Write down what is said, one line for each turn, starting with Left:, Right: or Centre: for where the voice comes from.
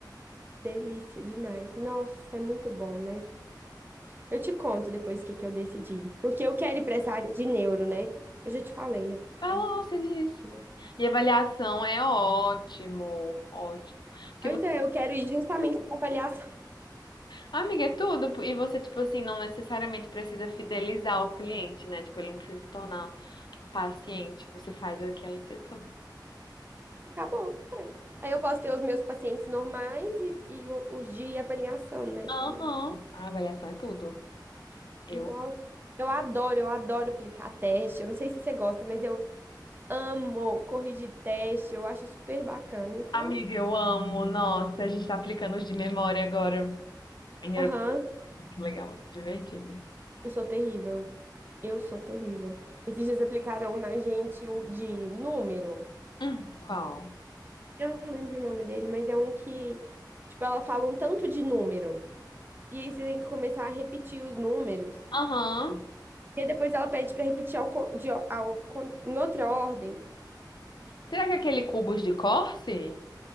Right: Delícia demais. Nossa, é muito bom, né? Eu te conto depois o que que eu decidi. Porque eu quero ir para essa área de neuro, né? Eu já te falei, né?
Left: Falou, você disse.
Right: Acho que já-
Left: E avaliação é ótimo, ótimo. Porque,
Right: Pois
Left: você,
Right: é, eu quero ir justamente para avaliação. <laughs>
Left: amiga, é tudo. E você, tipo assim, não necessariamente precisa fidelizar o cliente, né? Tipo, ele não precisa se tornar um paciente. Você faz o que ela se torna.
Right: Acabou. É. Aí eu posso ter os meus pacientes normais e, e o- os de avaliação, né,
Left: Aham.
Right: também.
Left: A avaliação é tudo. Eu.
Right: Nossa, eu adoro, eu adoro aplicar teste. Eu não sei se você gosta, mas eu amo corrigir teste. Eu acho super bacana. Então,
Left: Amiga, eu amo. Nossa, a gente tá aplicando os de memória agora. Em neuro-
Right: aham,
Left: Muito legal, muito divertido.
Right: eu sou terrível. Eu sou terrível. Esses dias aplicaram na gente o de número.
Left: Hum, qual?
Right: Eu não lembro o nome dele, mas é um que, tipo, ela fala um tanto de número. E aí você tem que começar a repetir os números.
Left: Aham.
Right: E aí depois ela pede pra repetir ao, con- de, o- ao, con- em outra ordem.
Left: Será que é aquele cubos de Corse?